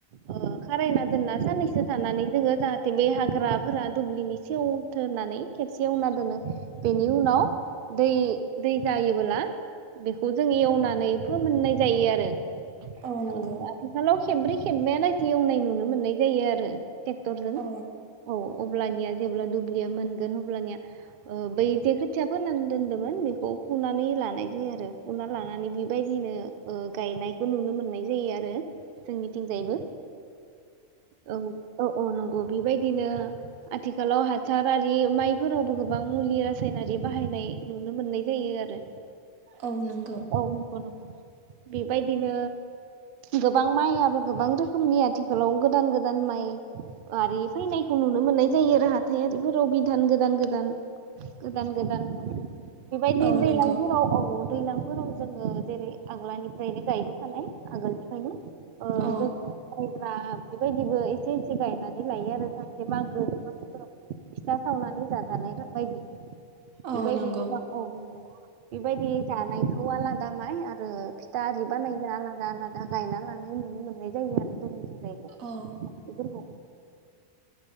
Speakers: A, on the right (about 65°); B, on the right (about 80°).
A: ओ खारायना दोनना साननैसो थानानै जोङो जाहाथे बे हाग्राफोरा दुब्लिनि सेवथोननानै खेबसे एवना दोनो बेनि उनाव दै दै जायोबोला बेखौ जों एवनानै फोमोननाय जायो आरो
B: औ नंगौ
A: ओ आथिखालाव खेब्रै खेबबायालासे एवनाय नुनो मोननाय जायो आरो ट्रेक्टरजों
B: औ
A: औ अब्लानिया जेब्ला दुब्लिया मोनगोन अब्लानिया ओ बै जे खोथिया फोननानै दोन्दोंमोन बेखौ फुनानै लानाय जायो आरो फुना लानानै बेबायदिनो ओ गायनायखौ नुनो मोननाय जायो आरो जोंनिथिंजायबो औ औ औ न बेबायदिनो आथिखालाव हासारारि माइफोरावबो गोबां मुलि रासायनारि बाहायनाय नुनो मोननाय जायो आरो
B: औ नंगौ
A: औ नंगौ नंगौ बेबायदिनो गोबां माइआाबो गोबां रोखोमनि आथिखालाव गोदान गोदान माइ आरि फैनायखौ नुनो मोननाय जायो आरो हाथाइआरिफोराव बिदान गोदान गोदान गोदान गोदान न बेबायदि
B: औ
A: दैलांफोराव
B: नंगौ
A: औ दैलांफोराव जोङो जेरै आग्लानिफ्रायनो गायबोखानाय आगोलनिफ्रायनो ओ
B: औ
A: जों <unintelligible> बेबायदिबो एसे एसे गायनानै लायो आरो जाहाथे मागो दमासिफोराव फिथा सावनानै जाजानाय बायदि
B: औ
A: बेबायदि
B: नोंगौ
A: गोबां औ बेबायदि जानायखौ आलादा माइ आरो फिथा आरि बानायगा आलागा लादा गायना लानाय नुनो मोननाय जायो आरो जोंनिथिंजायबो
B: औ
A: बेफोरखौ